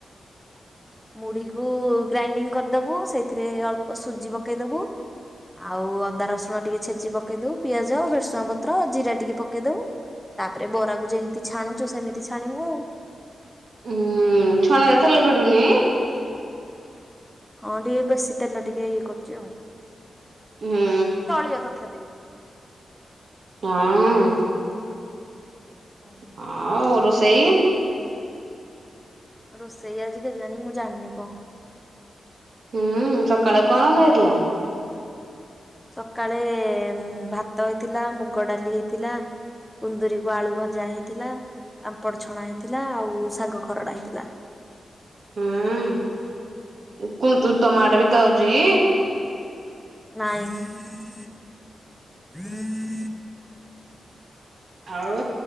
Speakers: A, in the centre; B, on the right (about 70°).
A: ମୁଢିକୁ ଗ୍ରାଇଣ୍ଡିଙ୍ଗ କରିଦେବୁ ସେଇଥିରେ ଅଳ୍ପ ସୁଜି ପକେଇଦବୁ ଆଉ ଅଦା ରସୁଣ ଟିକେ ଛେଚି ପକେଇ ଦଉ ପିଆଜ ଭେସୁଆ ପତ୍ର ଜିରା ଟିକେ ପକେଇ ଦଉ। ତାପରେ ବରାକୁ ଯେମିତି ଛାଣୁଛୁ ସେମିତି ଛାଣିବୁ ଆଉ।
B: ହୁଁ ଛଣା ରେ ତାଲେ ବିଡୁନି।
A: ହଁ ଟିକେ ବେଶୀ ତେଲ ଟିକେ ଇଏ କରୁଛି ଆଉ
B: ହୁଁ
A: ଚଳିବ ତଥାପି।
B: ହଁ।
A: ହୁଁ
B: ହ ଓ ସେଇ
A: ରୋଷେଇ ଆଜିି କେଜାଣି ଜାଣି ମୁଁ ଜାଣିନି କ ହବ।
B: ହୁଁ ସକାଳେ କ ରନ୍ଧା ହେଇଥିଲା?
A: ସକାଳେ ଭାତ ହେଇଥିଲା ମୁଗ ଡାଲି ହେଇଥିଲା। କୁନ୍ଦୁରି କୁ ଆଳୁ ଭଜା ହେଇଥିଲା। ପାମ୍ପଡ ଛଣା ହେଇଥିଲା ଆଉ ଶାଗ ଖରଡା ହେଇଥିଲା।
B: ହୁଁ କୁନ୍ଦୁ ତମ ଆଡ଼େ ବିକାହଉଛି।
A: ନାଇଁ।
B: ଆଉ